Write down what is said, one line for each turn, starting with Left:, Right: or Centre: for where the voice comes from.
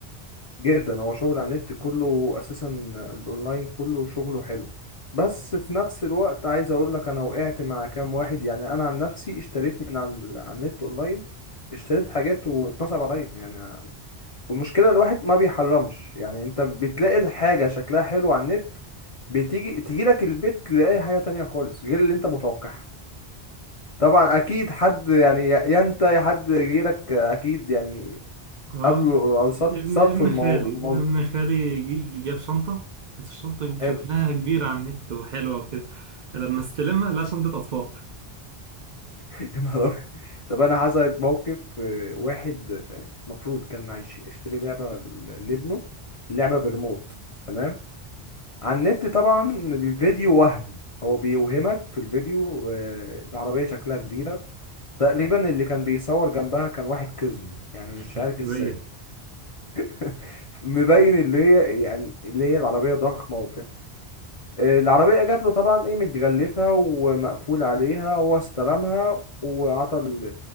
Left: جدا هو شغل على النت كله اساسا الاونلاين كله شغله حلو بس في نفس الوقت عايز اقول لك انا وقعت مع كام واحد يعني انا عن نفسي اشتريت من على ال- على النت اونلاين اشتريت حاجات واتنصب عليا يعني والمشكله الواحد ما بيحرمش يعني انت بتلاقي الحاجه شكلها حلو على النت بتيجي تيجي لك البيت تلاقي حاجه تانية خالص غير اللي انت متوقعها طبعا اكيد حد يعني يا يا انت يا حد غيرك اكيد يعني
Right: أه
Left: قابله او صاد
Right: ابن
Left: صادفوا
Right: ابن
Left: الموضوع
Right: خالي ابن خالي جي- جي- جاب شنطة كانت الشنطة شكلها
Left: حلو
Right: كبير على النت وحلوة وكده لما استلمها لا شنطة أطفال
Left: يا نهار أبيض طب أنا حصلت موقف آه، واحد آه، المفروض كان هيش- يشتري لعبة ل- لابنه لعبة بريموت تمام على النت طبعا الفيديو وهم هو بيوهمك في الفيديو آه، العربية شكلها كبيرة تقريبا اللي كان بيصور جنبها كان واحد كزم يعني مش
Right: <laughs>
Left: عارف ازاي
Right: أيوه
Left: <laughs> مبين اللي هي يعني اللي هي العربية ضخمة وبتاع آه، العربية جات له طبعا ايه متغلفة ومقفول عليها هو استلمها وعطى ال...